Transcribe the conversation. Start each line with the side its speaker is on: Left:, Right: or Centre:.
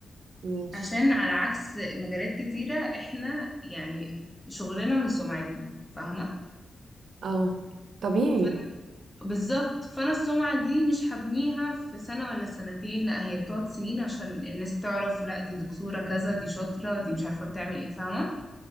Right: ماشي
Centre: عشان على عكس مجالات كتيرة احنا يعني شغلنا من سمعتنا فاهمة
Right: اه طبيعي
Centre: فانا بالظبط فانا السمعة دي مش هبنيها في سنة ولا سنتين لا هي بتقعد سنين عشان الناس تعرف لا دي دكتورة كذا دي شاطرة دي مش عارفة بتعمل ايه فاهمة